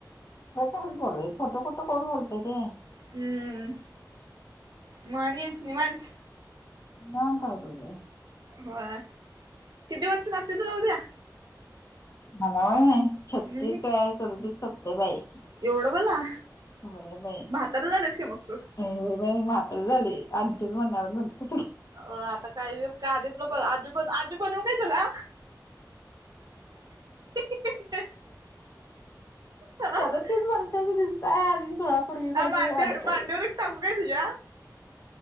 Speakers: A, on the left; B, on the right.
A: खोटं बोलायचं खोटं खोटं कोण बोलतंय ते.
B: हम्म, म आणि निवांत.
A: नाम, काय ग.
B: होय किती वर्ष लागते तुला उद्या?
A: मला व्हय,
B: हम्म
A: छत्तीस ते सदतीस संपतंय बाई.
B: एवढं बाला,
A: होय बाई
B: म्हातार झालेस की मग तूं.
A: होय बाई, मी म्हातारी झाली. आमचीच म्हणणार म्हणते.
B: हो आता काही का, आधी तुला प आजी, पण आजी बनवू काय तुला. <inaudible> ह
A: सदतीस वर्षाचे दिसताय आणि खुळ्या पोरगी सारख
B: मांडीवर
A: वाटतय.
B: मांडीवर एक टाकू काय तुझा